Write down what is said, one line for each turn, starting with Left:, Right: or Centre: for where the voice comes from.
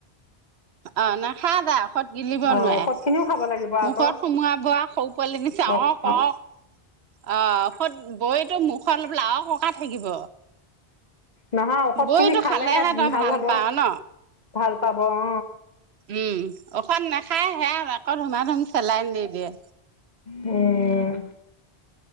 Right: অ নাখা যা ষত গিলিব
Left: অঁ
Right: নোৱাৰে,
Left: ঔষধখিনিও খাব লাগিব আকৌ
Right: মুখত সুমোৱা-বোৱা সৰু পোৱালি নিচা
Left: অঁ
Right: অও-কক,
Left: অঁ
Right: অ খৈত-বৈ সিটো মুখৰ অলপ লাও ককা থাকিব।
Left: নহয় ঔষধখিনি
Right: বৈটো
Left: খালেহে
Right: তই
Left: ভাল হ'ব।
Right: পাৱ ন
Left: ভাল পাব অহ।
Right: উম ঔষধ নাখায় সে আৰু আকৌ ধুমা-ধুম চেলাইন দি দিয়ে।
Left: উম।